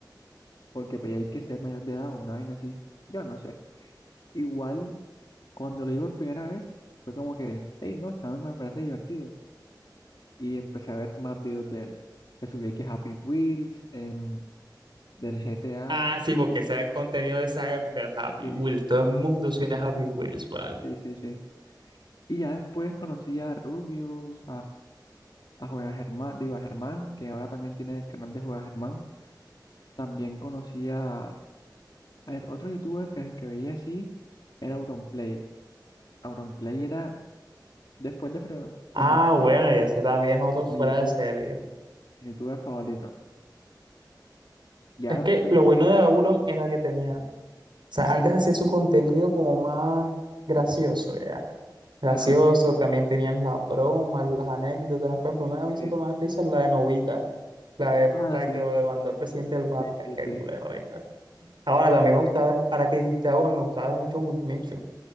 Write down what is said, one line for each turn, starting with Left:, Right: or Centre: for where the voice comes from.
Left: porque pues, hay que ser mayor de edad o una vaina así. Yo no sé. Igual cuando lo vi por primera vez fue como que, hey, no, esta vez me parece divertido. Y empecé a ver más videos de él que subí que Happy Wheels, em, del GTA,
Right: Ah, sí, porque ese era el contenido de esa época, el Happy
Left: de
Right: Wheels. Todo el mundo
Left: Happy
Right: subía
Left: Wheels.
Right: Happy Wheels, vale.
Left: Sí, sí, sí. Y ya después conocí a Rubius, a Juega Germán, digo a Germán, que ahora también tiene el canal de Juega Germán. También conocía, a ver, otro youtuber que, que veía así era Auronplay. Auronplay era, después de Fernan- Fernando,
Right: Ah, bueno, y ese también es otro fuera
Left: mi youtuber,
Right: de serie.
Left: mi youtuber favorito. Ya
Right: Es que
Left: después,
Right: lo bueno de Auron era que tenía sea, antes hacía su contenido como más gracioso, ya. Gracioso,
Left: ajá,
Right: también tenían las bromas, las anécdotas. Por ejemplo, una que a mí
Left: sí,
Right: siempre me da risa es la de Novita, la de
Left: ajá,
Right: la
Left: sí,
Right: que lo demandó el presidente del Barca,
Left: sí, sí,
Right: qué
Left: sí.
Right: culero esa. Ahora también me gusta ver, ahora que dijiste ahora, me gusta ver mucho Wismichu